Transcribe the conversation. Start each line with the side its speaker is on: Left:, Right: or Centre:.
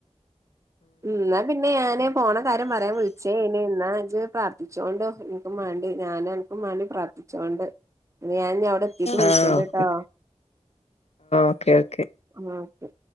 Right: ഉം ഇന്ന പിന്നെ ഞാന് പോണ കാര്യം പറയാൻ വിളിച്ചേന് എന്നാച്ച് പ്രാർത്ഥിച്ചോണ്ടോ എനിക്കും മാണ്ടി ഞാൻ അന അൻക്കും മാണ്ടിപ്രാർത്ഥിച്ചോണ്ട് ഞാൻ ഇഞ്ഞ് ടെത്തീട്ട് വിൾച്ചണ്ട്ട്ടാെ
Left: ആഹ് ഓക്കെ ഓക്കെ ഓക്കെ
Right: ആഹ് ഓകെ